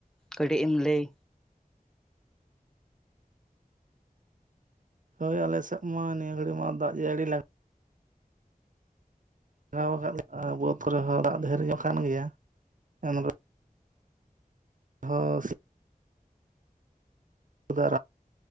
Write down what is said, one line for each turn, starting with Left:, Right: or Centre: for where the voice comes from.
Centre: <inaudible> ᱮᱢ ᱞᱟᱹᱭ,
Right: ᱦᱳᱭ ᱟᱞᱮ ᱥᱮᱫ ᱢᱟ ᱱᱤᱭᱟᱹ ᱜᱷᱟᱹᱲᱤ ᱢᱟ ᱫᱟᱜ ᱡᱟᱹᱲᱤ ᱞᱟᱠ <inaudible> <inaudible> <inaudible>